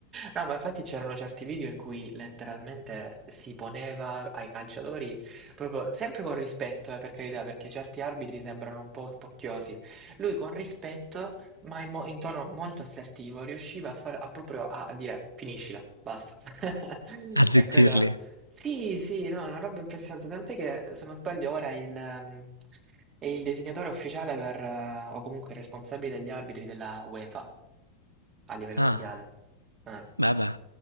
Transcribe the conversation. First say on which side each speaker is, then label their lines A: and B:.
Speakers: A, on the right; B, on the right.
A: No, ma infatti c'erano certi video in cui letteralmente si poneva ai calciatori, proprio sempre con rispetto, eh, per carità, perché certi arbitri sembrano un po' spocchiosi. Lui con rispetto, ma in, mo- in tono molto assertivo, riusciva a, far, a proprio a, a dire finiscila, basta. <laughs>
B: Azzittirli.
A: E quello sì, sì, no, è una roba impressionante, tant'è che se non sbaglio ora è il, ehm, è il disegnatore ufficiale per, eh, o comunque il responsabile degli arbitri della UEFA a livello
B: Ah,
A: mondiale. Eh,
B: beh, beh.